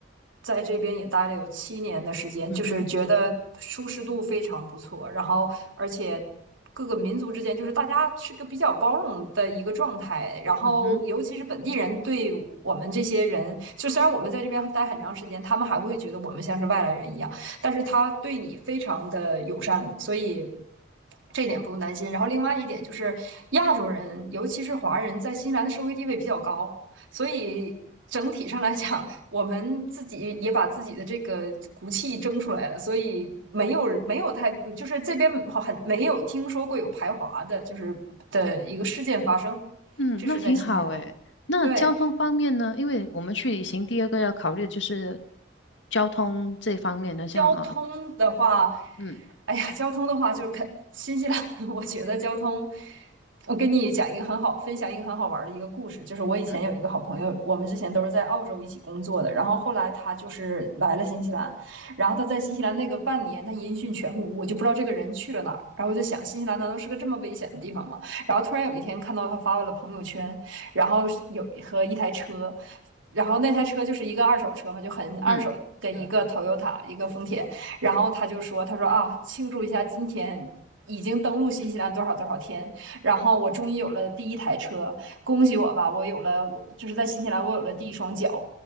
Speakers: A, on the right; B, on the left.
A: 在这边也待了有七年的时间，
B: 嗯哼
A: 就是觉得舒适度非常不错，然后而且各个民族之间就是大家是个比较包容的一个状态，然后尤其是本地人对我们这些人，
B: 嗯哼。
A: 就虽然我们在这边待很长时间，他们还会觉得我们像是外来人一样，但是他对你非常的友善的所以。这一点不用担心。然后另外一点就是，亚洲人，尤其是华人，在新西兰的社会地位比较高，所以整体上来讲，我们自己也把自己的这个骨气争出来了，所以没有没有太就是这边很没有听说过有排华的，就是的一个事件发生，
B: 嗯，
A: 这是在新西兰。
B: 那挺好诶。那交通方面呢？
A: 对，
B: 因为我们去旅行，第二个要考虑的就是交通这方面呢。像呃，
A: 交通的话，
B: 嗯
A: 哎呀，交通的话就是肯新西兰，<laughs> 我觉得交通，我跟你讲一个很好，分享一个很好玩儿的一个故事，就是我以前有一个好朋友，
B: 嗯
A: 我们之前都是在澳洲一起工作的，然后后来他就是来了新西兰，然后他在新西兰那个半年，他音讯全无，我就不知道这个人去了哪儿，然后我就想新西兰难道是个这么危险的地方吗？然后突然有一天看到他发了朋友圈，然后是有和一台车，然后那台车就是一个二手车嘛，就很二手的一个
B: 嗯
A: Toyota，、嗯一个丰田。然后他就说，他说啊，庆祝一下今天。已经登陆新西兰多少多少天，然后我终于有了第一台车，恭喜我吧！我有了，我就是在新西兰我有了第一双脚。